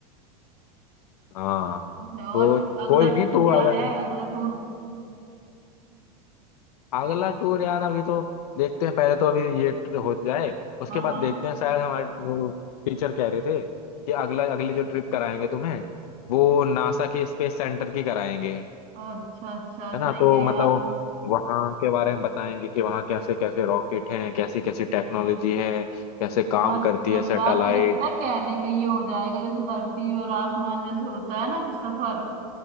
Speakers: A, on the left; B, on the right.
A: हाँ
B: अच्छा, और
A: तो
B: फिर अगला
A: कोई
B: टूर
A: नहीं तू
B: क्या
A: अगर
B: है अगला टूर
A: अगला टूर यार अभी तो देखते हैं पहले तो अभी ये ट- हो जाए उसके
B: हाँ
A: बाद देखते हैं शायद हमारे वो टीचर कह रहे थे कि अगला अगली जो ट्रिप कराएंगे तुम्हें वो नासा के स्पेस सेंटर की कराएंगे
B: हाँ अच्छा अच्छा
A: है ना
B: सही
A: तो
B: है
A: मतलब
B: यार
A: वहाँ के बारे में बताएंगे कि वहाँ कैसे कैसे रॉकेट हैं कैसी कैसी टेक्नोलॉजी है कैसे काम
B: मतलब
A: करती है सैटेलाइट
B: यार तेरा पता है कहने का ये हो जाएगा जैसे धरती और आसमान जैसे होता है ना कि सफर